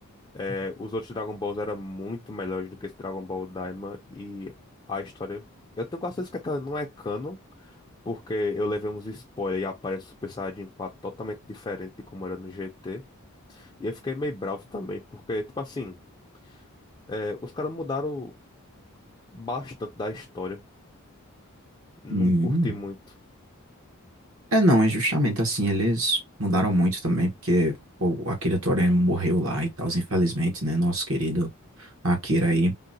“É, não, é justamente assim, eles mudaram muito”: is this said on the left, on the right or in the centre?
Right